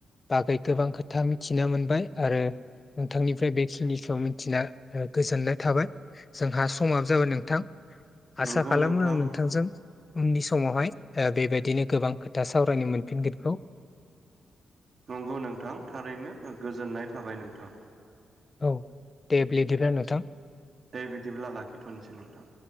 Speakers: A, on the left (about 30°); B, on the right (about 45°).
A: बागै गोबां खोथा मिथिना मोनबाय आरो नोंथांनिफ्राय बेखिनिखौ मिथिना गोजोननाय थाबाय जोंहा समाबो जाबाय नोंथां। आसा
B: नंगौ
A: खालामो
B: नोंथां
A: आं नोंथांजों उननि समावहाय बेबायदिनो गोबां खोथा सावरायनो मोनफिनगोनखौ।
B: नोंगौ नोंथां थारैनो गोजोननाय थाबाय नोंथां।
A: औ। दे बिदिब्ला नोंथां
B: दे बिदिब्ला लाखिथनोसै नोंथां